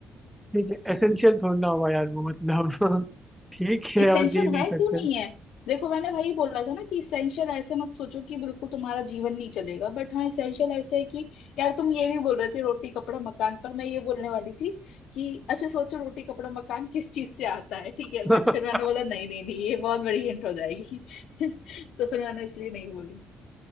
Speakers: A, in the centre; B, on the left.
A: ठीक है एसेंशियल थोड़ा ना हुआ यार वो मतलब <laughs> ठीक है
B: इसेंशियल
A: अब दे नहीं
B: है
A: सकते
B: क्यों नहीं है देखो मैंने वही बोला था ना कि इसेंशियल ऐसे मत सोचो कि बिल्कुल तुम्हारा जीवन नहीं चलेगा बट हाँ इसेंशियल ऐसे है कि यार तुम ये भी बोल रहे थे रोटी कपड़ा मकान पर मैं ये बोलने वाली थी कि अच्छा सोचो रोटी कपड़ा मकान किस चीज से आता है ठीक है
A: <laughs>
B: बट फिर मैंने बोला नहीं नहीं नहीं ये बहुत बड़ी हिंट हो जाएगी <laughs> तो फिर मैंने इसलिए नहीं बोली